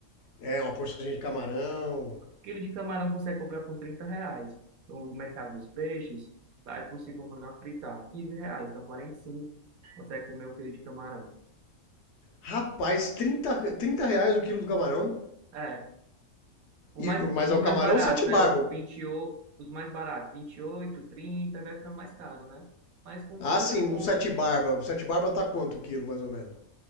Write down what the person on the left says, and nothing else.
É, uma porçãozinha de camarão.
Rapaz, trinta trinta reais o quilo do camarão.
E,
mas
é o
camarão
sete
barba.
Ah,
sim,
um sete barba. O sete barba tá quanto o quilo, mais ou menos?